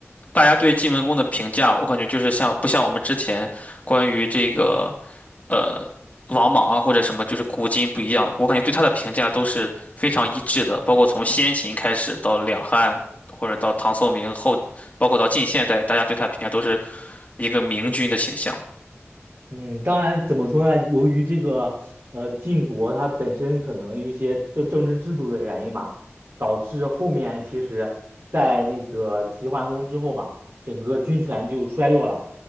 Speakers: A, on the left; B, on the right.
A: 大家对晋文公的评价，我感觉就是像不像我们之前关于这个呃王莽啊或者什么，就是古今不一样。我感觉对他的评价都是非常一致的，包括从先秦开始到两汉，或者到唐宋明后，包括到近现代，大家对他评价都是一个明君的形象。
B: 嗯，当然，怎么说呢？由于这个呃晋国它本身可能一些政政治制度的原因嘛，导致后面其实，在那个齐桓公之后吧，整个军权就衰落了，